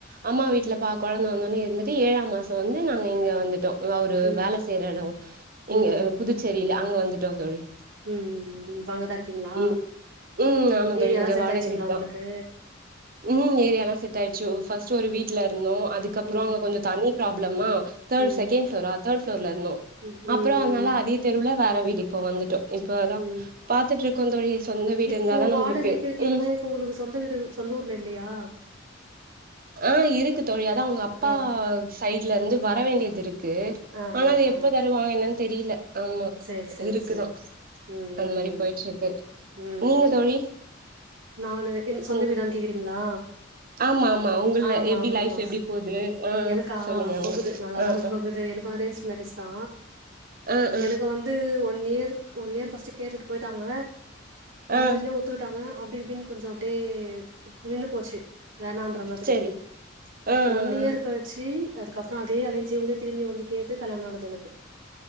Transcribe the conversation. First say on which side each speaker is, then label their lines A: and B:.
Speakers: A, on the right; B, on the right.
A: அம்மா வீட்ல பா குழந்தை வந்தோனே இருந்துட்டு ஏழாம் மாசோ வந்து நாங்க இங்க வந்துட்டோ அவரு
B: ம்
A: வேலை
B: ம்
A: செய்ற இடம்
B: ம்
A: இங்க புதுச்சேரியில அங்க வந்துட்டோ தோழி
B: ம் இப்ப அங்கதா இருக்கீங்ளா
A: ம் ம் ஆமா
B: ஏரியால்லா
A: தோழி இங்க
B: செட்
A: வாடக
B: ஆயிடுச்சுங்ளா
A: வீடுதா
B: உங்களுக்கு
A: ம் ஏரியா எல்லா செட் ஆயிடுச்சு ஃபஸ்ட்டு ஒரு வீட்ல
B: ம்
A: இருந்தோ அதுக்கப்றோ
B: ம்
A: அங்க கொஞ்ச தண்ணி ப்ராப்ளமா தேர்ட்
B: ம்
A: செகண்ட் ஃபிளோரா தேர்ட் ஃபிளோர்ல இருந்தோ
B: ம் ம் ம்
A: அப்றோ
B: ம்
A: அதனால அதே தெருவுல வேற வீடு இப்போ வந்துட்டோ இப்ப அதா
B: ம்
A: பாத்துட்டு இருக்கோ தோழி சொந்த வீடு
B: இப்போ
A: இருந்தாதா
B: வாடகைக்கு
A: நம்ளுக்கு
B: இருக்கீங்கன்னா
A: ம்
B: இப்ப உங்களுக்கு சொந்த வீடு சொந்த ஊர்ல இல்லயா
A: ஆ இருக்கு தோழி அதா அவங்க அப்ப
B: ஆ
A: அப்பா சைடுல இருந்து வர வேண்டியது இருக்கு
B: ஆ
A: ஆனா
B: ஆ
A: அது
B: ஆ
A: எப்ப தருவாங்க என்னன்னு தெரியல ஆமா
B: சேரி சேரி
A: இருக்குதா
B: சேரி ம் ம்
A: அந்த மாரி போய்ட்டு இருக்கு
B: ம்
A: நீங்க
B: ம்
A: தோழி
B: நானு க்கிறது சொந்த
A: ம்
B: வீடான்னு கேக்குறீங்களா
A: ஆமா ஆமா உங்கள
B: ஆமா
A: எப்டி
B: ஆமா
A: லைஃப்
B: ஆமா
A: எப்டி போது ஆ
B: எனக்கா
A: சொல்லுங்க
B: போகுது
A: உங்கள பத்தி
B: நல்லாதா
A: ஆ ஆ
B: போகுது எனக்கும் அரேஞ்ச் மேரேஜ் தா
A: ஆ ஆ
B: எனக்கு வந்து இது one year one year first கேட்டுட்டு போயிட்டாங்க நம்ம
A: ஆ
B: வீட்லயும் ஒத்துக்கிட்டாங்க அப்டி இப்டின்னு கொஞ்சம் அப்டியே நின்னு போச்சு வேணாம் ங்கிற மாதிரி
A: செரி ஆ
B: ஒன் இயர்
A: ஆ
B: கழி ஆக்சுவசலி அதுக்கப்புறோ அதே அலேயன்சே திரும்பி வந்து கேட்டு கல்யாணோ ஆனது எனக்கு